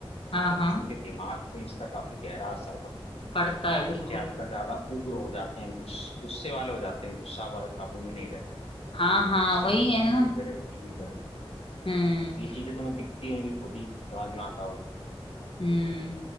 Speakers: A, on the left (about 60°); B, on the left (about 80°).
A: हाँ
B: बच्चों
A: हाँ
B: के दिमाग पे इसका काफी गहरा असर पड़ता है
A: पढ़ता है बिल्कुल
B: बच्चे आजकल ज्यादा उग्र हो जाते हैं गुस- गुस्से वाले हो जाते हैं गुस्सा पर काबू में नहीं रहता
A: हाँ हाँ
B: उससे
A: वही
B: मैं कुछ
A: है
B: भी
A: ना
B: बोलते रहे कुछ भी करे
A: हम्म
B: ये चीजें तुम्हें दिखती होंगी खुद ही समझ में आता होगा
A: हम्म